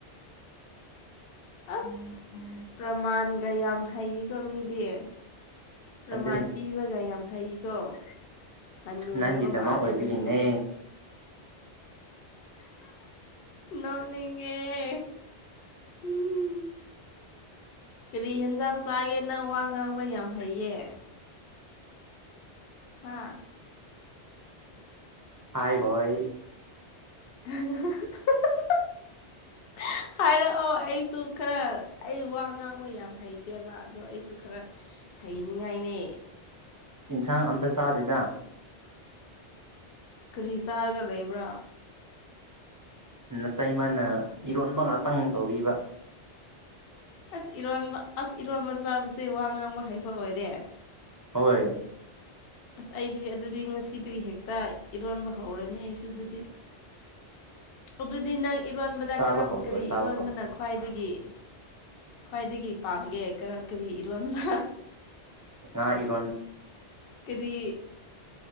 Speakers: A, on the left; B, on the right.
A: ꯑꯁ ꯄ꯭ꯔꯃꯥꯟꯒ ꯌꯥꯝ ꯍꯩꯕꯤꯀ ꯃꯤꯗꯤ ꯄ꯭ꯔꯃꯥꯟ
B: ꯑꯗꯨꯅꯤ
A: ꯄꯤꯕꯒ ꯌꯥꯝ ꯍꯩꯀꯣ ꯍꯅꯨꯔꯕ
B: ꯅꯪꯒꯤꯗꯃꯛ
A: ꯃꯥꯂꯦ
B: ꯑꯣꯏꯕꯒꯤꯅꯦ
A: ꯅꯪꯁꯨ ꯅꯪ <unintelligible> <inaudible> ꯑꯦ ꯎꯝ <unintelligible> <inaudible> ꯀꯔꯤ ꯍꯦꯟꯖꯥꯡ ꯆꯥꯒꯦ ꯅꯪ ꯋꯥ ꯉꯥꯡꯕ ꯌꯥꯝ ꯍꯩꯌꯦ ꯍꯥꯥ
B: ꯍꯥꯏ ꯍꯣꯏ
A: <unintelligible> <inaudible>
B: <unintelligible> <inaudible>
A: ꯍꯥꯏꯔꯛꯑꯣ ꯑꯩꯁꯨ ꯈꯔ ꯑꯩ ꯋꯥ ꯉꯥꯡꯕ ꯌꯥꯝ ꯍꯩꯇꯦꯕ ꯑꯗꯣ ꯑꯩꯁꯨ ꯈꯔ ꯍꯩꯅꯤꯡꯉꯥꯏꯅꯦ
B: ꯌꯦꯟꯁꯥꯡ ꯑꯝꯇ ꯆꯥꯗꯦꯗ
A: ꯀꯔꯤ ꯆꯥꯔꯒ ꯂꯩꯕ꯭ꯔꯥ
B: ꯅꯠꯇꯇꯩ ꯃꯥꯅ ꯏꯔꯣꯟꯕ ꯉꯥꯛꯇꯪ ꯇꯧꯕꯤꯕ
A: ꯑꯁ ꯏꯔꯣꯟꯕ ꯑꯁ ꯏꯔꯣꯟꯕ ꯆꯥꯕꯁꯦ ꯋꯥ ꯉꯥꯡꯕ ꯍꯥꯏꯩꯕ ꯑꯣꯏꯔꯦ
B: ꯍꯣꯏ
A: ꯑꯁ ꯑꯩꯗꯤ ꯑꯗꯨꯗꯤ ꯉꯁꯤꯗꯒꯤ ꯍꯦꯛꯇ ꯏꯔꯣꯟꯕ ꯍꯧꯔꯅꯤ ꯑꯩꯁꯨ ꯑꯗꯨꯗꯤ
B: <unintelligible> <inaudible>
A: ꯑꯗꯨꯗꯤ ꯅꯪ ꯏꯔꯣꯟꯕꯗ
B: ꯆꯥꯕ
A: ꯀꯔꯝ
B: ꯍꯧꯔꯣ
A: ꯀꯔꯤ
B: ꯆꯥꯕ
A: ꯏꯔꯣꯟꯕꯅ
B: ꯍꯧꯔꯣ
A: ꯈ꯭ꯋꯥꯏꯗꯒꯤ ꯈ꯭ꯋꯥꯏꯗꯒꯤ ꯄꯥꯝꯒꯦꯔ ꯀꯔꯤ ꯏꯔꯣꯟꯕ
B: ꯉꯥ ꯏꯔꯣꯟꯕ
A: ꯀꯗꯤ